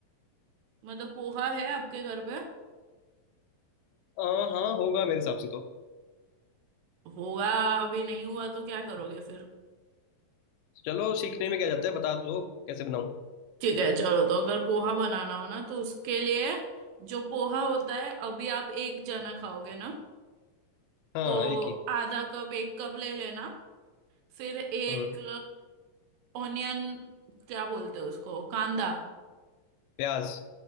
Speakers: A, on the right (about 75°); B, on the left (about 90°).
A: मतलब पोहा है आपके घर पे
B: हाँ हाँ होगा मेरे हिसाब से तो
A: होगा अभी नहीं हुआ तो क्या करोगे फिर
B: चलो सीखने में क्या जाता है बता तो दो कैसे बनाऊँ
A: ठीक है चलो तो अगर पोहा बनाना हो ना तो उसके लिए जो पोहा होता है अभी आप एक जना खाओगे ना
B: हाँ
A: तो
B: एक ही
A: आधा कप एक कप ले लेना फिर एक
B: हम्म
A: ऑनियन क्या बोलते हैं उसको कांदा
B: प्याज